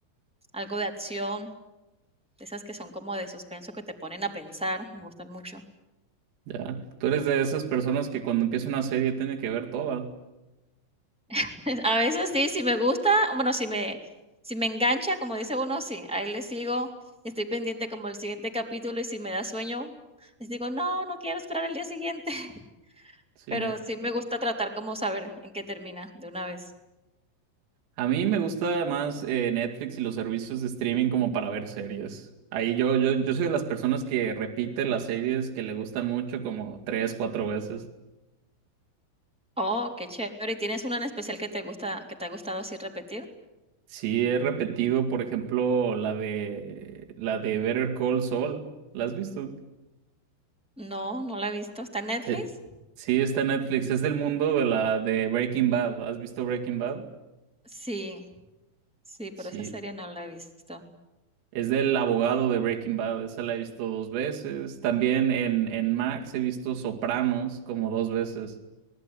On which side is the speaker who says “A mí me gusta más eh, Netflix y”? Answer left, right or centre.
Right